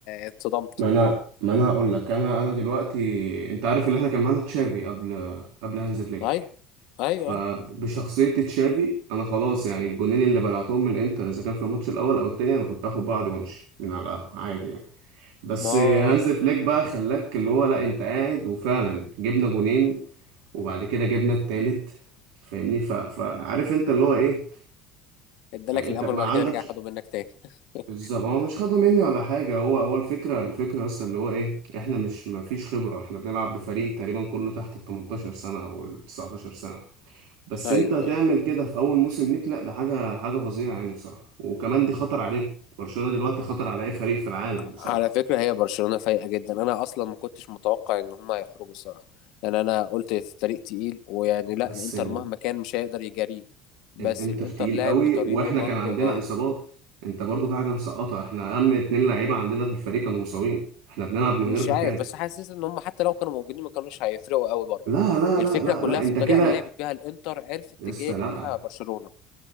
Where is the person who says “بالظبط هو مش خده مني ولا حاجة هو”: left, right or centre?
Right